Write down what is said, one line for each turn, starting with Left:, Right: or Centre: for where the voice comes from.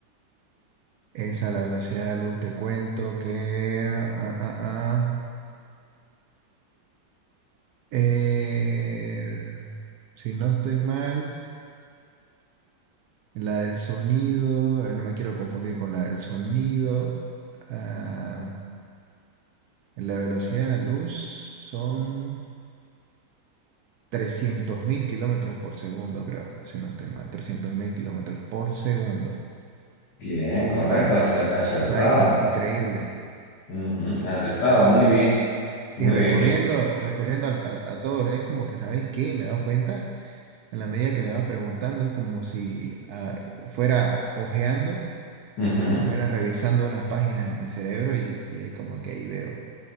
Right: Esa, la velocidad de la luz, te cuento que... ah, ah, ah, ah, eh, si no estoy mal, la del sonido, eh, no me quiero confundir con la del sonido. ah, la velocidad de la luz son 300.000 kilómetros por segundo, creo, si no estoy mal. trescientos mil kilómetros por segundo.
Left: Bien, correcto,
Right: sea,
Left: acer- acertado.
Right: o sea, in- increíble.
Left: Ujú, acertado, muy bien. Muy
Right: Y recorriendo,
Left: bien, ¿qué?
Right: recorriendo al- a, a todos, es como que, ¿sabéis qué? Me he dado cuenta, en la medida que me vas preguntando, es como si ah, fuera ojeando,
Left: Ujú.
Right: fuera revisando unas páginas en mi cerebro y, y es como que ahí veo.